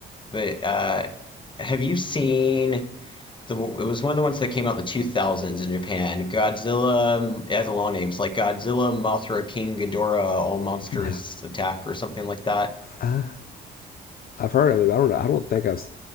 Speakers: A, on the left; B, on the left.
A: but uh have you seen The, it was one of the ones that came out in the 2000s in Japan. Godzilla, um, it has a long name. It's like Godzilla, Mothra, King Ghidorah, All Monsters
B: right.
A: Attack or something like that. <laughs>
B: <laughs> Uh, I've heard of it. But I don't know. I don't think I've. s-